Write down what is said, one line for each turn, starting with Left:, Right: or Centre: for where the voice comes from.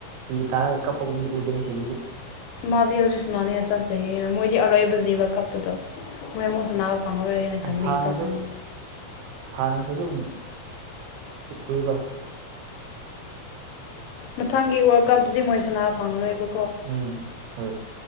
Right: ꯄꯤ ꯇꯥꯔꯒ ꯀꯞꯄꯒꯨꯝꯕꯗꯤ ꯎꯗꯦ ꯃꯤ ꯁꯤꯁꯤꯗꯤ
Left: ꯃꯥꯗꯤ ꯍꯧꯖꯤꯛꯁꯅꯥꯅꯦꯅ ꯆꯥꯟꯖꯩꯌꯦꯅ ꯃꯣꯏꯗꯤ ꯑꯔꯣꯏꯕꯗꯨꯅꯦꯕ ꯀꯞꯄꯗꯣ ꯃꯣꯏ ꯑꯃꯨꯛꯁꯨꯅꯥ ꯐꯪꯉꯔꯣꯏ ꯍꯥꯏꯅ ꯈꯟꯕꯤ
Right: ꯍꯥꯟꯅꯁꯨ
Left: ꯀꯄꯅꯤꯅ
Right: ꯍꯥꯟꯅꯁꯨ ꯑꯗꯨꯝ ꯎꯏꯕ
Left: ꯃꯊꯪꯒꯤ ꯋꯥꯔꯜ ꯀꯞꯇꯗꯤ ꯃꯣꯏ ꯁꯅꯥ ꯐꯪꯉꯔꯣꯏꯕ
Right: ꯎꯝ ꯍꯣꯏ